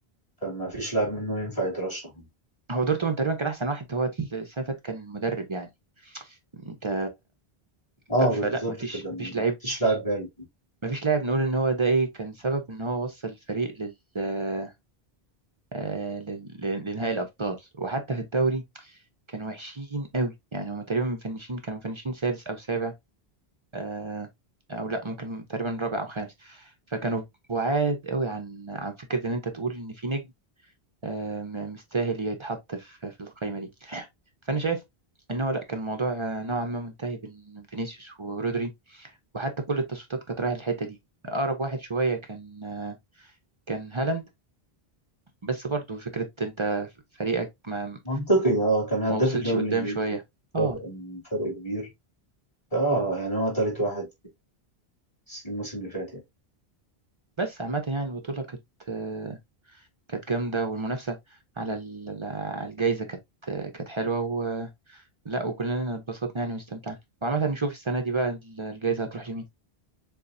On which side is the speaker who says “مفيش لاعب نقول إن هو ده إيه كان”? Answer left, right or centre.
Right